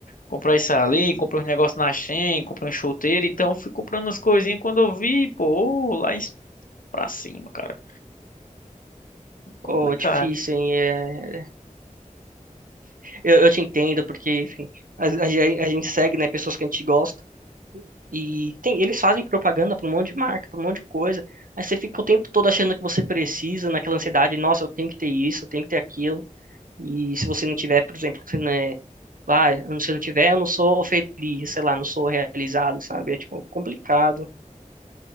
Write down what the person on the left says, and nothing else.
Comprar isso ali, comprei uns negócios na Shein, comprei um chuteiro, então eu fui comprando as coisinhas quando eu vi, pô, ô, lá em, pra cima, cara. É complicado,